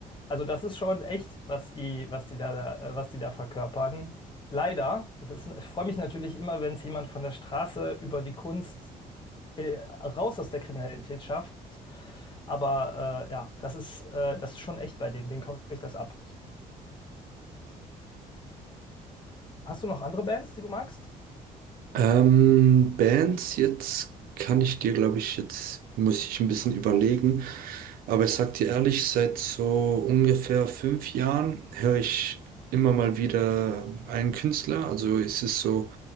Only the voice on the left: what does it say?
Also das ist schon echt, was die, was die da, äh, was die da verkörpern. Leider, es ist, ich freue mich natürlich immer, wenn es jemand von der Straße über die Kunst äh, raus aus der Kriminalität schafft. Aber äh, ja, das ist, äh, das ist schon echt bei denen. Denen kaufe ich das ab. Hast du noch andere Bands, die du magst?